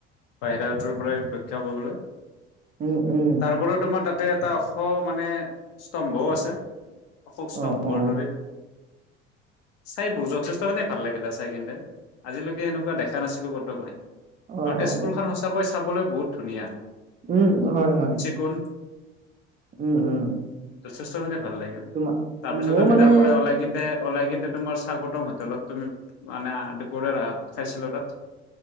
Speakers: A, on the left; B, on the right.
A: বাহিৰাটোৰ পৰাই ৰক্ষা কৰিবলে
B: উম উম।
A: তাৰপৰা তোমাৰ তাতে এটা ওখ মানে স্তম্ভও আছে। অশোক স্তম্ভৰ
B: অ অ
A: দৰে। চাই ব যথেষ্ট মানে ভাল লাগিলে চাই কিনে, আজিলৈকে এনেকুৱা দেখা নাছিলো একদম,
B: অ
A: আৰু তেজপুৰ
B: অ
A: খন সঁচাকৈ চাবলৈ বহুত ধুনীয়া।
B: উম হয় হয়।
A: কোন
B: উম উম
A: যথেষ্টখিনি ভাল লাগিল,
B: তোমাৰ
A: তাৰপিছত
B: মোৰ
A: আমি
B: মানে
A: তাৰ পৰা ওলাই কিনে ওলাই কিন্তু তোমাৰ স্বাগটম হোটেলত তুমি মানে দুপৰ ভাত খাইছিলো তাত।